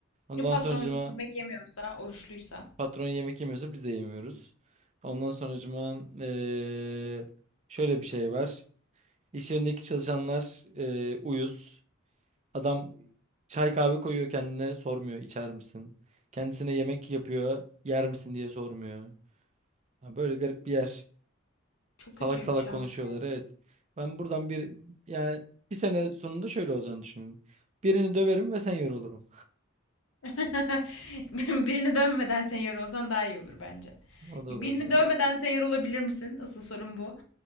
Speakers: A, on the right; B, on the left.
A: ondan
B: Ya patron
A: sonracıma
B: yemek yemiyorsa, oruçluysa.
A: Patron yemek yemiyorsa biz de yemiyoruz. Ondan sonracıma eee şöyle bir şey var. İş yerindeki çalışanlar eee, uyuz. Adam çay kahve koyuyor kendine sormuyor içer misin? Kendisine yemek yapıyor yer misin diye sormuyor. Ha, böyle garip bir yer.
B: Çok
A: Salak
B: kötüymüş
A: salak
B: ama.
A: konuşuyorlar
B: ya.
A: evet. Ben buradan bir yani bir sene sonunda şöyle olacağını düşünüyorum. Birini döverim ve sen yorulurum.
B: <laughs> Birini dövmeden senior olsan daha iyi olur bence.
A: O da
B: Birini
A: olabilir.
B: dövmeden senior olabilir misin? Asıl sorun bu.